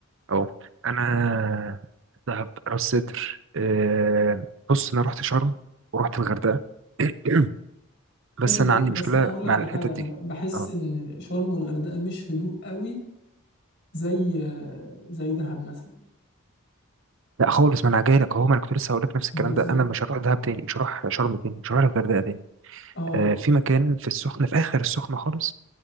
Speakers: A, on the right; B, on the left.
A: اه انا دهب راس سدر آه، بص انا رحت شرم ورحت الغردقه <clears throat> بس
B: ماشي بس
A: انا عندي
B: بس
A: مشكله
B: انا هقول
A: مع
B: لك على
A: الحتت
B: حاجه
A: دي
B: انا بحس
A: اه
B: ان شرم والغردقه مش هدوء قوي زي زي دهب مثلا
A: لا خالص ما انا جاي لك اهو ما انا كنت لسه هقول لك نفس الكلام
B: بالظبط
A: ده انا مش هروح دهب تاني مش هروح شرم تاني مش هروح الغردقه تاني
B: اه
A: آه في مكان في السخنه في اخر السخنه خالص